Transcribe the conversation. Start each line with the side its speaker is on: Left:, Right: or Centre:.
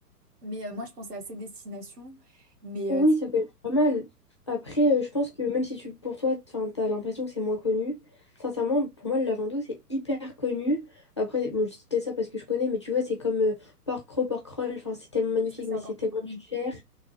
Right: Mais euh, moi, je pensais à ces destinations. Mais
Left: Oui,
Right: euh, c'est-
Left: ça peut être pas mal. Après, euh, je pense que même si tu, pour toi, enfin, t'as l'impression que c'est moins connu, sincèrement, pour moi, le lavando, c'est hyper connu. Après, bon, je dis peut-être ça parce que je connais, mais tu vois, c'est comme euh, porc roll, porc roll, enfin, c'est tellement magnifique,
Right: ouais, ça, c'est
Left: mais
Right: encore
Left: c'est tellement
Right: plus connu.
Left: cher.